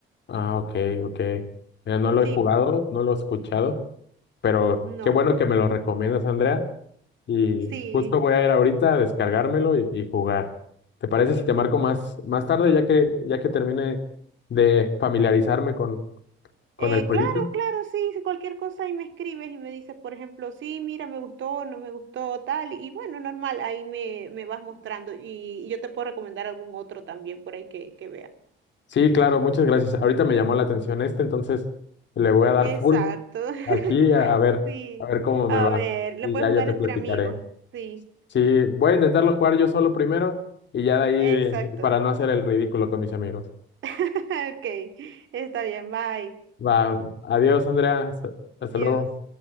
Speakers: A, on the left (about 60°); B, on the right (about 70°).
A: Ah, ok, ok. Mira, no lo
B: Sí,
A: he jugado, no lo he escuchado, pero
B: no,
A: qué bueno que me lo recomiendas, Andrea. Y
B: sí.
A: justo voy a ir ahorita a descargármelo y, y jugar. ¿Te parece si te marco más, más tarde, ya que, ya que termine de familiarizarme con, con
B: Eh,
A: el jueguito?
B: claro, claro, sí, si cualquier cosa y me escribes y me dices, por ejemplo, sí, mira, me gustó, no me gustó, tal, y bueno, normal, ahí me, me vas mostrando y, y yo te puedo recomendar algún otro también por ahí que, que vea.
A: Sí, claro, muchas gracias. Ahorita me llamó la atención este, entonces le voy a dar
B: Exacto,
A: full
B: <laughs>
A: aquí a, a ver,
B: sí,
A: a ver cómo
B: a
A: me va.
B: ver,
A: Y
B: lo puedes
A: ya
B: jugar
A: yo te
B: entre
A: platicaré.
B: amigos, sí,
A: Sí, voy a intentarlo jugar yo solo primero y ya de ahí
B: exacto,
A: eh, para no hacer el ridículo con mis amigos.
B: <laughs> ok, está bien, bye,
A: Va, adiós, Andrea. hasta hasta
B: Dios.
A: luego.